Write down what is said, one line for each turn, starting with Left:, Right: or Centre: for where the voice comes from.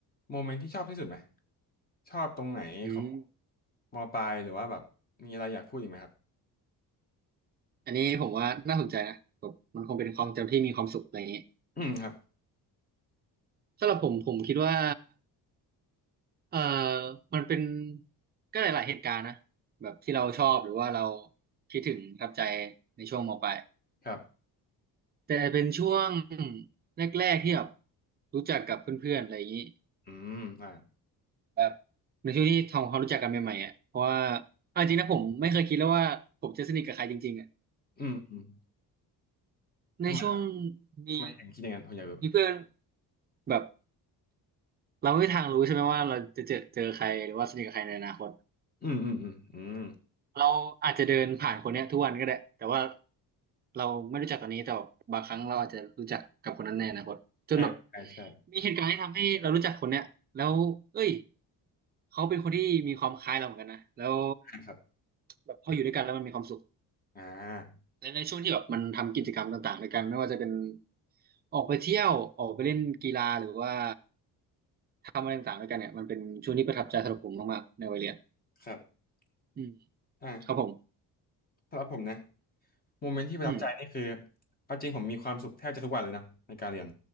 Left: โมเมนต์ที่ชอบที่สุดไหมชอบตรงไหนของ
Right: อืม
Left: มปลายหรือว่าแบบมีอะไรอยากพูดอีกไหมครับ
Right: อันนี้ผมว่าน่าสนใจนะแบบมันคงเป็นความจำที่มีความสุขอะไรอย่างนี้
Left: อืมครับ
Right: สำหรับผมผมคิดว่าเอ่อมันเป็นก็หลายๆเหตุการณ์นะแบบที่เราชอบหรือว่าเรา
Left: ครับ
Right: คิดถึงประทับใจในช่วงมปลาย
Left: ครับ
Right: แต่เป็นช่วงแรกๆที่แบบรู้จักกับเพื่อนๆอะไรอย่างนี้
Left: อืมอ่า
Right: แบบในช่วงที่ทำความรู้จักกันใหม่ๆอ่ะเพราะว่าเอาจริงนะผมไม่เคยคิดแล้วว่าผมจะสนิทกับใครจริงๆอ่ะ
Left: อืมอืม
Right: ในช่วง
Left: ทำไมล่ะ
Right: มี
Left: ทำไมถึงคิดอย่างนั้นผมอยากรู้
Right: มีเพื่อนแบบเราไม่มีทางรู้ใช่ไหมว่าเราจะเจอเจอใครหรือว่าสนิทกับใครในอนาคต
Left: อืมอืมอืมอืม
Right: แบบเราอาจจะเดินผ่านคนเนี้ยทุกวันก็ได้แต่ว่าเราไม่รู้จักตอนนี้แต่บางครั้งเราอาจจะรู้จักกับคนนั้นในอนาคตจนแบบ
Left: อ่าใช่ใช่
Right: มีเหตุการณ์ที่ทำให้เรารู้จักคนเนี้ยแล้วเอ้ยเขาเป็นคนที่มีความคล้ายเราเหมือนกันนะแล้ว
Left: อ่าครับ
Right: แบบพออยู่ด้วยกันแล้วมันมีความสุข
Left: อ่า
Right: ในในช่วงที่แบบมันทำกิจกรรมต่างๆในกันไม่ว่าจะเป็นออกไปเที่ยวออกไปเล่นกีฬาหรือว่าทำอะไรต่างๆด้วยกันเนี่ยมันเป็นช่วงที่ประทับใจสำหรับผมมากๆในวัยเรียน
Left: ครับ
Right: อืม
Left: อ่า
Right: ครับผม
Left: สำหรับผมนะ โมเมนต์ที่ประทับใจนี่คือ
Right: อืม
Left: เอาจริงผมมีความสุขแทบจะทุกวันเลยนะในการเรียน